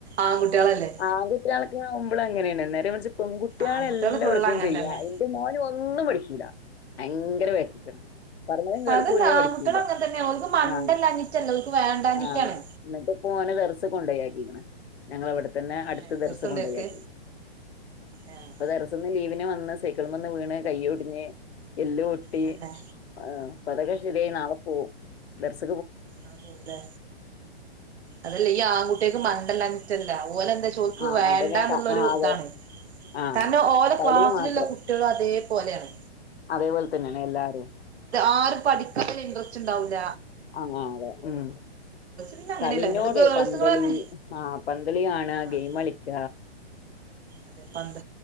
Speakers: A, on the right; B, on the left.
A: ആൺകുട്ടികളല്ലേ
B: ആ ഒരു എപ്പളും ആമ്പിളാര് അങ്ങനെ തന്നെയാണ് നേരെ മറിച്ച് പെൺകുട്ടികൾ
A: ആൺകുട്ടികള്
B: എല്ലാ
A: ഫുള്ള്
B: വർക്കും
A: അങ്ങനെ
B: ചെയ്യും
A: തന്നെ
B: എന്റെ മോന് ഒന്നും വിളിക്കൂല ഭയങ്കരവായിട്ട് <unintelligible> പറഞ്ഞാലും കേൾക്കൂല്ല
A: അതല്ല
B: പഠിക്കൂല്ല
A: ആൺകുട്ടികള് അങ്ങനെ തന്നെയാ ഓൽക്ക് മണ്ടല്ലാഞ്ഞിട്ടല്ല
B: ആ
A: ഓൽക്ക് വേണ്ടാഞ്ഞിട്ടാണ്
B: ആ എന്നിട്ടിപ്പൊ ഓനെ ദറ്സിൽ കൊണ്ടോയി ആക്കി <unintelligible> ഞങ്ങളിവിടെതന്നെ അടുത്ത്
A: ഏഹ് എതിർത്തുണ്ടോൽക്ക്
B: ദറ്സിൽ കൊണ്ടുപോയി ആക്കി
A: ഏഹ്
B: ഇപ്പോ ദറ്സിന്ന് ലീവിന് വന്ന് സൈക്കളിമേന്ന് വീണ് കൈയ്യ് ഒടിഞ്ഞ് എല്ലുപൊട്ടി
A: തന്നെ
B: ആ അതൊക്കെ ശരിയായി നാളെ പോകും ദറ്സ്
A: ആകൂല്ലേ അതല്ല ഈ ആൺകുട്ടികൾക്ക് മ ണ്ട ഇല്ലാഞ്ഞിട്ടല്ല ഓല് എന്താച്ച ഓല്ക്ക്
B: ആഹ്
A: വേണ്ടാന്നുള്ളൊരു
B: മണ്ടനേക്കാ ആഹ് അതെ
A: ഇതാണ്
B: ആഹ്
A: കാരണം ഓല്
B: കളി
A: ക്ലാസ്സിലുള്ള
B: മാത്രം
A: കുട്ടികളും അതേ പോലെയാണ്
B: അതേപോലെ തന്നെയാണ് എല്ലാരും
A: ആരും പഠിക്കാൻ ഒരു ഇൻറസ്റ്റ് ഉണ്ടാകൂല
B: ആ അതെ ഉം
A: പിന്നെ അങ്ങനെയല്ല
B: കളിനോട്
A: പിന്നീട് ഗേൾസുകളന്നെ
B: പന്തളി ആഹ പന്തളി ആണ്
A: ആഹ്
B: ഗെയിം കളിക്ക
A: അതെ പന്ത